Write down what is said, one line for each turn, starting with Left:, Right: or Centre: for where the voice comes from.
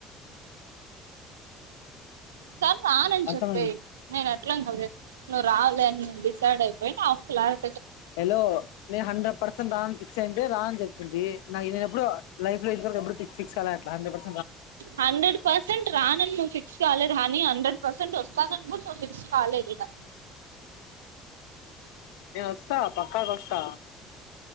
Right: సార్ రానని
Left: అర్థమైంది
Right: చెప్పేయి నేను ఎట్లా కవర నువ్వు రావాల అని డిసైడ్ అయిపోయి నా ప్లాన్
Left: హలో నేను హండ్రెడ్ పర్సెంట్ రాని ఫిక్స్ అయింటే రా అని చెప్తుంటినా నేను ఎప్పుడు లైఫ్ లో ఇవరకు ఎప్పుడు ఫిక్స్ కాల అ <unintelligible>
Right: హండ్రెడ్ పర్సెంట్ రానని నువ్వు ఫిక్స్ కాలేదు హని హండ్రెడ్ పర్సెంట్ వస్త స్తానని గూడ నీవు ఫిక్స్ కాలేదిగా
Left: నేన్ వస్తా పక్కాగ వస్తా